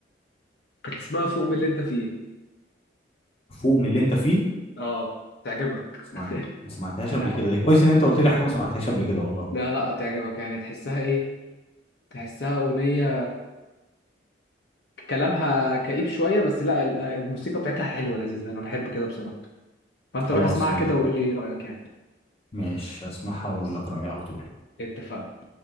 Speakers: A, on the left; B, on the left.
A: كانت اسمها فوق من اللي انت فيه
B: فوق من اللي أنت فيه
A: اه تعجبك
B: اسمع
A: <laughs>
B: ما سمعتهاش
A: انا
B: قبل كده دي كويس إن أنت قلت لي حاجة ما سمعتهاش قبل كده والله
A: لا لا تعجبك يعني تحسها ايه تحسها اغنيه كلامها كئيب شويه بس لا ال- الموسيقى بتاعتها حلوه لذيذه انا بحب كده بصراحه فانت
B: خلاص
A: روح اسمعها
B: ماشي
A: كده وقول لي رايك يعني
B: ماشي هسمعها
A: خلاص
B: وأقول لك رأيي على طول
A: اتفقنا